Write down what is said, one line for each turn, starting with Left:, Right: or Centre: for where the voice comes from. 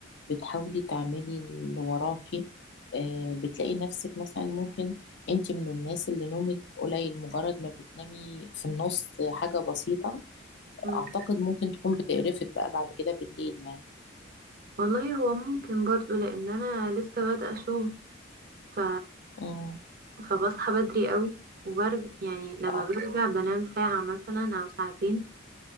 Left: بتحاولي تعملي اللي وراكي آه، بتلاقي نفسك مثلا ممكن انت من الناس اللي نومك قليل مجرد ما بتنامي في النص حاجة بسيطة
Right: مم.
Left: اعتقد ممكن تكون بتقرفك بقى بعد كده بالليل يعني
Right: والله هو ممكن برضو لان انا لسه بادئة شغل ف...
Left: امم
Right: فبصحى بدري قوي وبرجع يعني لما
Left: اه
Right: برجع بنام ساعة مثلا او ساعتين